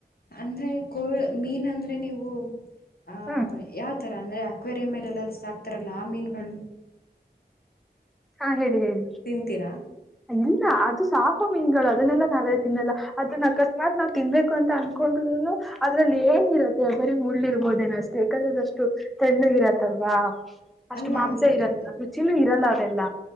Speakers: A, on the left; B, in the centre.
A: ಅಂದ್ರೆ ಕೋ ಮೀನ್ ಅಂದ್ರೆ ನೀವು ಆ-ಆ
B: ಹ್ಮ್
A: ಅಕ್ವೇರಿಯಂರಲ್ಲಿ ಸಾಕ್ತಾರಲ್ಲ ಆ ಮೀನುಗಳು
B: ಆ ಹೇಳಿ ಹೇಳಿ
A: ತಿಂತೀರಾ
B: ಇಲ್ಲ ಅದು <unintelligible> ಮೀನುಗಳು ಅದನ್ನೆಲ್ಲ ನಾವು ತಿನ್ನಲ್ಲ ಅದನ್ನ ಅಕಸ್ಮಾತ್ ನಾವು ತಿನ್ನಬೇಕು ಅಂತ ಅನ್ಕೊಂಡ್ರೂನೂ ಅದರಲ್ಲಿ ಏನಿರುತ್ತೆ ಬರಿ ಮುಳ್ಳು ಇರ್ಬಹುದೇನಷ್ಟೇ ಯಾಕಂದ್ರೆ ಅದು ಅಷ್ಟು ತೆಳ್ಳಗೆ ಇರುತ್ತೆ ಅಲ್ವಾ. ಅಷ್ಟು
A: ಅಲ್ಲ
B: ಮಾಂಸ
A: ಅಂದರೆ
B: ಇರಲ್ಲ
A: ದೊಡ್ಡ
B: ರುಚಿನೂ ಇರಲ್ಲ ಅದೆಲ್ಲ